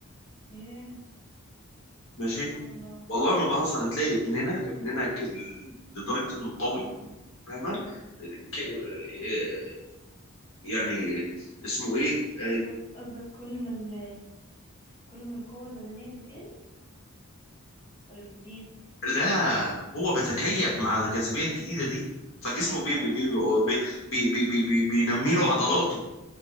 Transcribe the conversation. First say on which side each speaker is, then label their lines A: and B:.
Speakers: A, on the left; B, on the left.
A: ياه
B: ماشي
A: سبحان الله
B: والله ما بهزر هتلاقي ابننا ابننا ك- ال- لدرجه انه قوي
A: اه اه
B: فاهمه ك- آه، يعني اسمه ايه آه،
A: قصدك قصدك كل ما ال كل ما القوة البدنية بتقل ولا بتزيد
B: لا هو بيتكيف مع الجاذبيه الجديده دي فجسمه بي
A: اه
B: بي بي بي بي بي بي بي بينمي له عضلاته